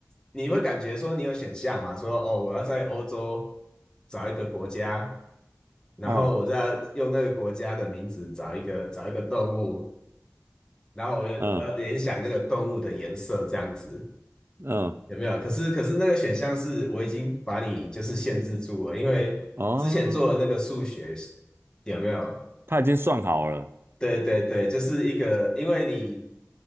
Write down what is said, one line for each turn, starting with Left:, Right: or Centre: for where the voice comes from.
Left: 你会感觉说你有选项嘛？说哦，我要在欧洲找一个国家，然后我再用那个国家的名字找一个找一个动物，
Right: 啊
Left: 然后我要我要联想那个动物的颜色这样子，
Right: 嗯嗯
Left: 有没有？可是可是那个选项是我已经把你就是限制住了，因为之前做的那个数学
Right: 哦，
Left: 有没有？
Right: 他已经算好了，
Left: 对对对，就是一个，因为你